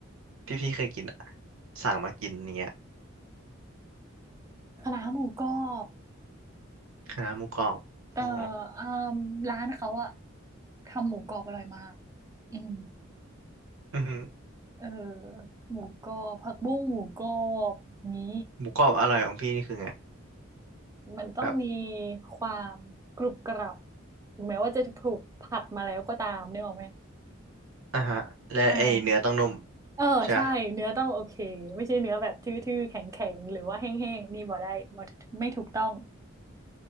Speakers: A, on the right; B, on the right.
A: ที่พี่เคยกินอะสั่งมากินอย่างเงี้ย
B: คณะน้าหมูกรอบ
A: คณะหมูกรอบอ๋อ
B: เอ่ออ่ามร้านเขาอะทำหมูกรอบอร่อยมากอืม
A: อือหือ
B: เออหมูกรอบผักบุ้งหมูกรอบนี้
A: หมูกรอบอร่อยของพี่นี่คือไง
B: มันต้องมี
A: แบบ
B: ความกรุบกรับถึงแม้ว่าจะถูกผัดมาแล้วก็ตามนึกออกไหม
A: อ่าฮะและไอเนื้อต้องนุ่ม
B: อ่าเออใช่เนื้อต้องโอเคไม่ใช่เนื้อแบบทื่อๆแข็งๆหรือว่าแห้งๆนี่บ่ได้บ่ไม่ถูกต้อง
A: ใช่ปะ